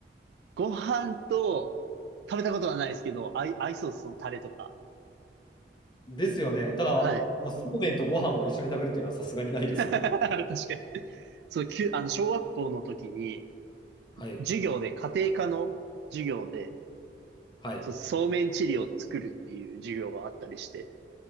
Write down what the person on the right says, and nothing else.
ご飯と、食べたことはないですけど、合い、合いそうです、そのタレとか。
はい。
<laughs> 確かに。そう、きゅ、あの、小学校の時に、
授業で、家庭科の授業で、
そう、そうめんチリを作るっていう授業があったりして、